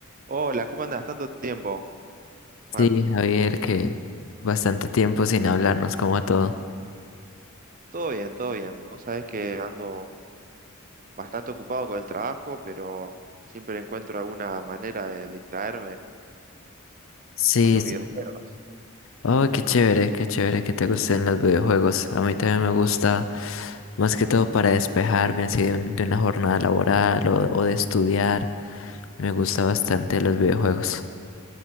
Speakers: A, on the right (about 40°); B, on the left (about 65°).
A: Hola, ¿cómo andás? Tanto tiempo, Juan.
B: Sí, Javier, que bastante tiempo sin hablarnos como a todo.
A: Todo bien, todo bien. Vos sabés que ando bastante ocupado con el trabajo, pero siempre encuentro alguna manera de distraerme
B: Sí,
A: con los
B: sí.
A: videojuegos.
B: Oh, qué chévere, qué chévere que te gusten los videojuegos. A mí también me gusta, más que todo para despejarme así de, un- de una jornada laboral o, o de estudiar. Me gusta bastante los videojuegos.